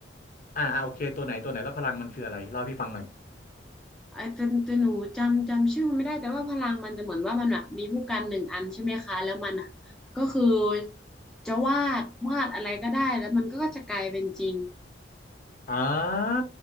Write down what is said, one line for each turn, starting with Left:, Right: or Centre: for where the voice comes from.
Left: อ่าอ่าโอเคตัวไหนตัวไหนแล้วพลังมันคืออะไรเล่าให้พี่ฟังหน่อย
Centre: ไอ้แต่แต่หนูจำจำชื่อมันไม่ได้แต่ว่าพลังมันจะเหมือนว่ามันอะมีผู้กันหนึ่งอันใช่ไหมคะแล้วมันอะก็คือจะวาดวาดอะไรก็ได้แล้วมันก็จะกลายเป็นจริง
Left: อ่าอ่า